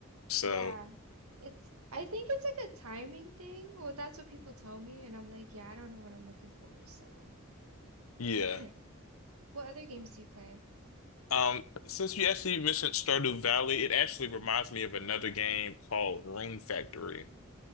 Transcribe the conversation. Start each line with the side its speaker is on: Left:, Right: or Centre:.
Left: So
Right: Yeah. It's I think it's like a timing thing. Well, that's what people tell me, and I'm like, yeah, I don't know what I'm looking for, so.
Left: yeah.
Right: <laughs> What other games do you play?
Left: Um, since you actually mentioned Stardew Valley, it actually reminds me of another game called Rune Factory.